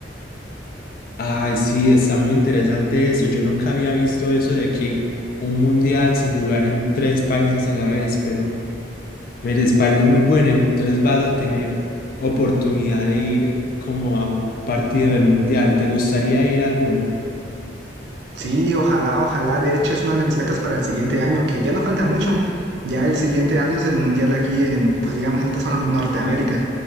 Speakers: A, on the left (about 50°); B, on the right (about 65°).
A: Ay, sí, está muy interesante eso. Yo nunca había visto eso de que un mundial se jugara en tres países a la vez, pero me les parece muy bueno. Entonces vas a tener oportunidad de ir como a un partido del mundial. ¿Te gustaría ir a alguno?
B: Sí, ojalá, ojalá. De hecho, es una de mis metas para el siguiente año, que ya no falta mucho. Ya el siguiente año es el mundial aquí en, pues digamos, en esta zona de Norteamérica.